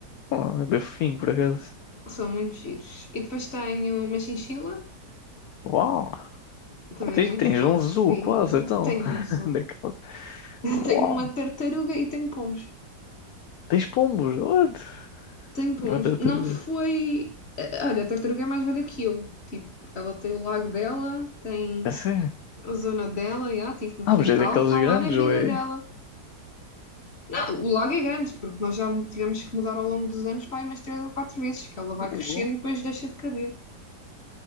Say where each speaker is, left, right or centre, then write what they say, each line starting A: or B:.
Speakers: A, on the left; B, on the left.
A: oh, é bem fofinho, por acaso.
B: São muito giros. E depois tenho uma chinchila,
A: Uau,
B: também
A: oh, tens,
B: é muito
A: tens
B: fofinha.
A: um zoo quase, então.
B: Tenho
A: <laughs>
B: um zoo.
A: Na casa.
B: <laughs>
A: Uau,
B: Tenho uma tartaruga e tenho pombos.
A: tens pombos, what?
B: Tenho pombos.
A: E uma tartaruga.
B: Não foi. eh, Olha, a tartaruga é mais velha que eu. Tipo, ela tem o lago dela, tem
A: A sério?
B: a zona dela, já, estive no
A: Ah,
B: quintal,
A: mas é daqueles
B: está
A: grandes
B: lá na vida
A: ou é...
B: dela. Não, o lago é grande, porque nós já tivemos que mudar ao longo dos anos, pá, umas três ou quatro vezes, que ela vai
A: Uh,
B: crescendo e depois deixa de caber.